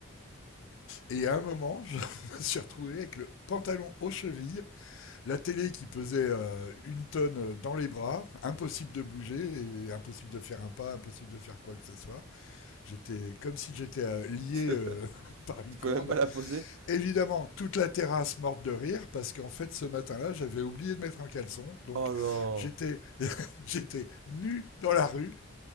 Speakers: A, on the left; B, on the right.
A: Et à un moment, je <laughs> me suis retrouvé avec le pantalon aux chevilles, la télé qui pesait euh, une tonne dans les bras, impossible de bouger, et impossible de faire un pas, impossible de faire quoi que ce soit. J'étais comme si j'étais euh,
B: <laughs>
A: lié
B: Tu
A: euh, <laughs> par une
B: peux
A: corde.
B: même pas la poser.
A: Évidemment, toute la terrasse morte de rire parce qu'en fait ce matin-là, j'avais oublié de mettre un caleçon, donc
B: Oh non.
A: j'étais <laughs> j'étais nu dans la rue